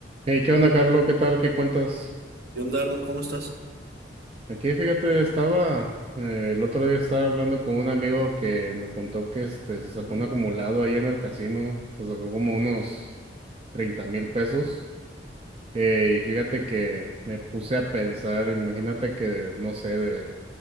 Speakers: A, on the right; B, on the right.
A: Hey, ¿qué onda, Carlos? ¿Qué tal? ¿Qué cuentas?
B: ¿Qué onda, Arnold? ¿Cómo estás?
A: Aquí, fíjate, estaba, eh, el otro día estaba hablando con un amigo que me contó que este, se sacó
B: Ujú.
A: un acumulado ahí en el casino, se sacó como unos treinta mil pesos. Eh, y fíjate que me puse a pensar, imagínate que, no sé, de,